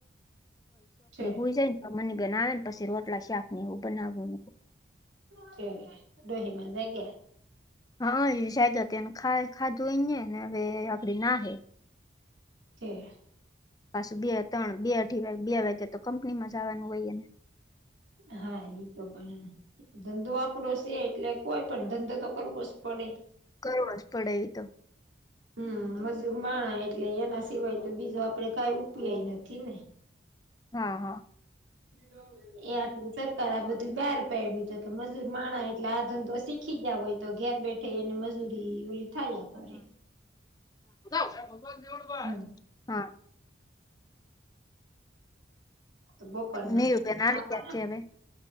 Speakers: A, on the right; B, on the left.
A: છે
B: હોય જાય. મની બેન આવે ને પછી રોટલા શાક ને એવું બનાવુ
A: ઠીક દોહી માં જાગ્યા
B: હા સાગ એને ખાધું એ ને હવે <unintelligible> ના હે
A: તે
B: પાસ બે ત્રણ બે અઢી વા બે વાગે તો કંપનીમાં જા વાનું હોય.
A: હા ઈ તો ભલે ધંધો આપડો સે એટલે કોઈ પણ ધંધો તો કરવો સ જ પડે
B: કરવો જ પડે ઈ તો
A: <inaudible> હમ મજૂર માણા એટલે એના સિવાય તો બીજો આપડે કઈ ઉપિયાય નથી ને
B: હા હા
A: <inaudible> એ આટલું સરકાર આ બધું બહાર પડ્યું તો કે મજૂર માણા એટલે આ ધંધો શીખી ગયા હોય તો ઘેર બેઠા થઈ અને મજૂરી ઓલી થાયા કરે
B: હા
A: હમ
B: હા
A: તો બપોરના
B: નીવ બેન આવી
A: આવવાના
B: ગયા છે હવે